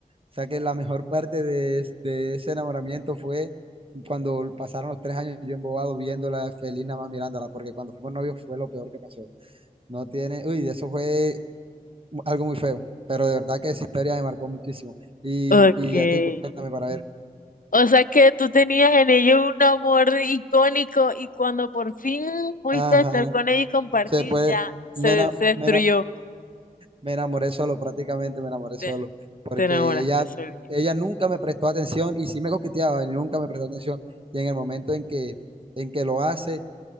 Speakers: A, on the right; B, on the left.
A: O sea que la mejor parte de, es- de ese enamoramiento fue cuando pasaron los tres años yo embobado viéndola feliz nada más mirándola, porque cuando fuimos novios fue lo peor que pasó. No tiene, uy, eso fue algo muy feo, pero de verdad que esa historia me marcó muchísimo. Y,
B: ok.
A: y a ti, cuéntame para ver.
B: O sea que tú tenías en ello un amor icónico y cuando por fin pudiste
A: Ajá,
B: estar con ella y compartir,
A: se puede,
B: ya se,
A: me, ena-
B: se destruyó.
A: me, ena- me enamoré solo, prácticamente me enamoré solo,
B: Te,
A: porque
B: te enamoraste,
A: ella,
B: Solís.
A: ella nunca me prestó atención y sí me coqueteaba y nunca me prestó atención. Y en el momento en que, en que lo hace